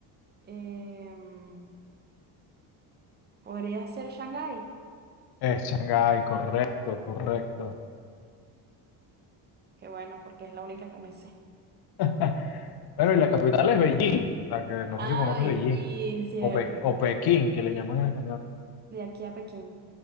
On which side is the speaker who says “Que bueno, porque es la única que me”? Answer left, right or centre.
Right